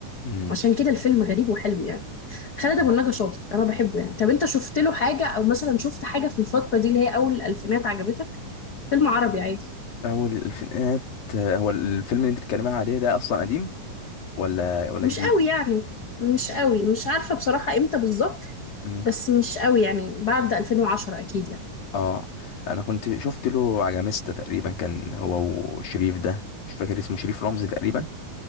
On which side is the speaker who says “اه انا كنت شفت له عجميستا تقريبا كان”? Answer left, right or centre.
Left